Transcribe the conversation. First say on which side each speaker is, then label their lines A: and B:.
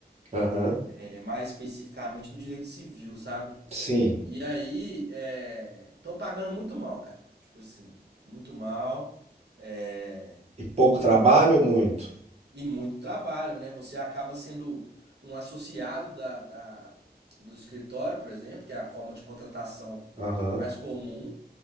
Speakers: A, on the right; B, on the right.
A: aham.
B: é, mais especificamente do direito civil, sabe?
A: Sim.
B: E aí, estão pagando muito mal, cara. Tipo assim, muito mal. É,
A: E pouco trabalho ou muito?
B: E muito trabalho, né? Você acaba sendo um associado da, da- do escritório, por exemplo, que é a forma de contratação
A: Aham.
B: mais comum.